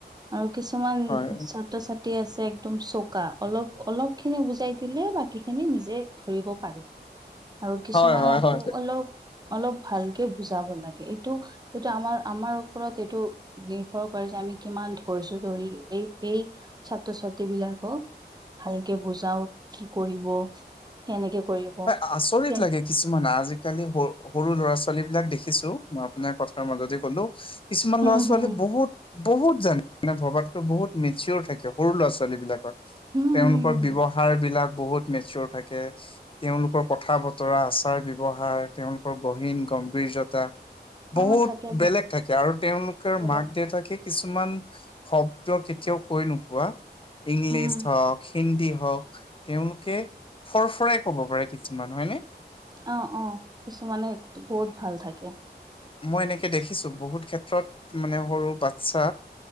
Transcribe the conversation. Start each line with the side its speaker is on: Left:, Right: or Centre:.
Right: আৰু কিছুমান
Left: হয়
Right: ছাত্ৰ-ছাত তী আছে একদম চৌকা অলপ অলপখিনি বুজাই দিলে বাকীখিনি নিজে ধৰিব পাৰি।
Left: <inaudible>
Right: আৰু কিছুমানে
Left: হয় হয়
Right: আকৌ
Left: হয়
Right: অলপ অলপ ভালকে বুজাব লাগে। এইটো-এইটো আমাৰ-আমাৰ ওপৰত এইটো নিৰ্ভৰ কৰে যে আমি কিমান ধৰিছো ধৰি এই সেই ছাত্ৰ ছাত্ৰী বিলাকক ভালকে বুজাও কি কৰিব কেনেকে কৰিব
Left: হয় আচৰিত
Right: কে
Left: লাগে কিছুমানে আজিালি আজ কালি সৰু সৰু ল'ৰা ছোৱালী বিলাক দেখিছো মই আপোনাৰ কথাৰ মাজতে কলো কিছুমান
Right: হম
Left: ল'ৰা ছোৱালী
Right: হম
Left: বহুত বহুত জানে মানে ভবাকতো বহুত মিচিয়ৰ থাকে। সৰু ল'ৰা ছোৱালী বিলাকৰ
Right: হম
Left: তেওঁলোকৰ
Right: হম হম
Left: ব্যয়ৱহাৰ বিলাক বহুত মেচুৰ থাকে। তেওঁলোকৰ কথা বতৰা আচাৰ ব্যৱহাৰ তেওঁলোকৰ গহীন গম্ভীৰত বহুত
Right: অ থাকে
Left: বেলেগ থাকে, আৰু তেওঁলোকৰ
Right: বেলেগ
Left: মাক দেউতাকিক কিছুমান শব্দ কেতিয়াও কৈ নোপোৱা ইংলিছ
Right: উম
Left: হওক হিন্দী হওক তেওঁলোকে ফৰফৰাই ক'ব পাৰে কিছুমান হয়নে?
Right: অ', অ', কিছুমানে বহুত ভাল থাকে।
Left: মই এনেকে দেখিছো, বহুত ক্ষেত্ৰত মানে সৰু বাচ্ছা